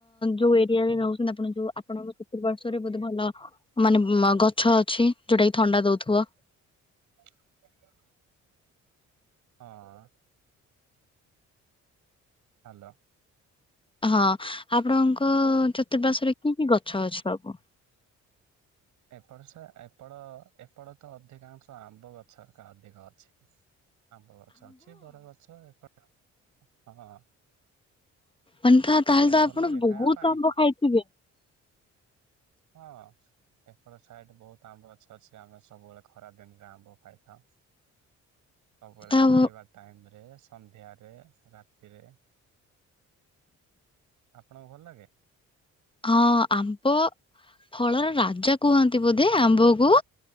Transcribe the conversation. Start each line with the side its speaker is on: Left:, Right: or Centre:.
Left: ଯୋଉ ଏରିଆରେ ନେଉଛନ୍ତି ଆପଣ ଯୋଉ ଆପଣଙ୍କ ପିତ ପାର୍ଶଵରେ ବହୁତ ଭଲ ମାନେ ଗଛ ଅଛି ଯୋଉଟା କି ଥଣ୍ଡା ଦଉଥିବ।
Right: ହଁ। ହ୍ୟାଲୋ।
Left: ହଁ ଆପଣଙ୍କ ଚତୁପାର୍ଶ୍ଵ ରେ କି କି ଗଛ ଅଛି ସବୁ।
Right: ଏପଟ ସେ ଏପଟ ଏପଟ ତ ଅଧିକାଂଶ ଆମ୍ବ ଗଛକା ଅଧିକ ଅଛି। ଆମ୍ବ ଗଛ ଅଛି ବରଗଛ ଏପଟ ହଁ।
Left: ମାନ ତ
Right: ଆପଣଙ୍କୁ
Left: ତାହେଲେ ତ
Right: ଭଲ
Left: ଆପଣ
Right: ଲାଗେ ଖାଇବା
Left: ବହୁତ
Right: ପାଇଁ?
Left: ଆମ୍ବ ଖାଇଥିବେ।
Right: ହଁ। ଏପଟ ସାଇଡ ବହୁତ ଆମ୍ବ ଗଛ ଅଛି ଆମେ ସବୁବେଳେ ଖରାପ ଦିନରେ ଆମ୍ବ ଖାଇଥାଉ। ସବୁବେଳେ
Left: ତା
Right: ଖାଇବା
Left: ହଁ
Right: ଟାଇମରେ ସନ୍ଧ୍ୟାରେ ରାତିରେ। ଆପଣଙ୍କୁ ଭଲ ଲାଗେ।
Left: ହଁ ଆମ୍ବ ଫଳର ରାଜା କୁହନ୍ତି ବୋଧେ ଆମ୍ବ କୁ।